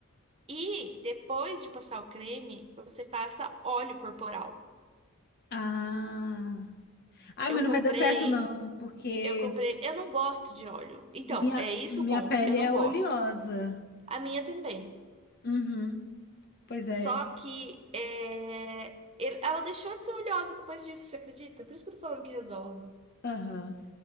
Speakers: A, on the right; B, on the left.
A: e depois de passar o creme, você passa óleo corporal.
B: Ah. Ai,
A: Eu
B: mas não
A: comprei
B: vai dar certo, não, porque
A: Eu comprei. Eu não gosto de óleo. Então,
B: Minha,
A: é isso
B: minha
A: o ponto.
B: pele
A: Eu não
B: é
A: gosto.
B: oleosa.
A: A minha também.
B: Uhum, pois é.
A: Só que é, ele- ela deixou de ser oleosa depois disso, você acredita? Por isso que eu tô falando que resolve.
B: Aham.